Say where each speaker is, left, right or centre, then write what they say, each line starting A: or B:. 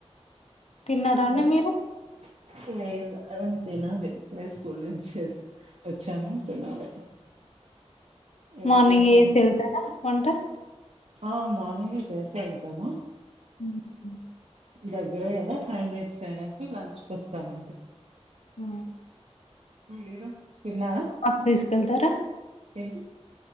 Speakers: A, on the left; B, on the right.
A: తిన్నారా అండి
B: అంతేనా
A: మీరు
B: ఏమన్నా తినాలి ఇప్పుడే స్కూల్ నుంచి వచ్చాను తినాలి ఏం
A: మార్నింగ్
B: చేశారు
A: చేసేసి వెళ్తారా వంట
B: ఆ మార్నింగ్ ఏ చేసే వెళ్తా మా
A: ఉ
B: దగ్గరే కదా ఫైవ్ మినిట్స్ అనేసి లంచ్ కు వస్తానండి
A: హుమ్
B: మీరు తిన్నారా
A: ఆఫీస్కెళ్తారా
B: ఎంటి